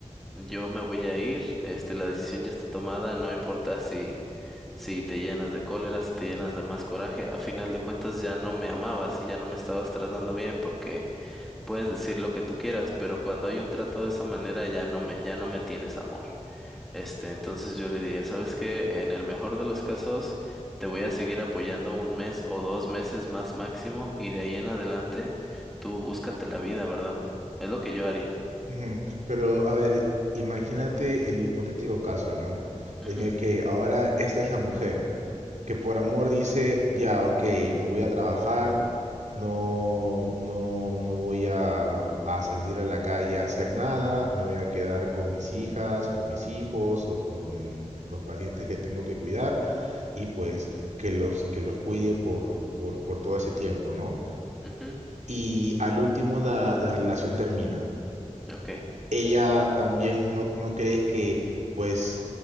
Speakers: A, in the centre; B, on the right.
A: Yo me voy a ir, este, la decisión ya está tomada, no importa si, si te llenas de cólera, si te llenas de más coraje, a final de cuentas ya no me amabas y ya no me estabas tratando bien porque puedes decir lo que tú quieras, pero cuando hay un trato de esa manera ya no me, ya no me tienes amor. Este, entonces yo le diría, ¿sabes qué? En el mejor de los casos, te voy a seguir apoyando un mes o dos meses más máximo y de ahí en adelante tú búscate la vida, ¿verdad? Es lo que yo haría.
B: Ujú, Pero, a ver, imagínate el hipotético caso, ¿no?
A: Ujú,
B: En el que ahora esta es la mujer, que por amor dice, ya, ok, no voy a trabajar, no, no, no voy a, a salir a la calle a hacer nada, me voy a quedar con mis hijas o con mis hijos o con los parientes que tengo que cuidar y pues que los, que los cuide por, por, por todo ese tiempo, ¿no?
A: ujú,
B: Y al último la, la relación termina
A: ok.
B: ella también no, no crees que pues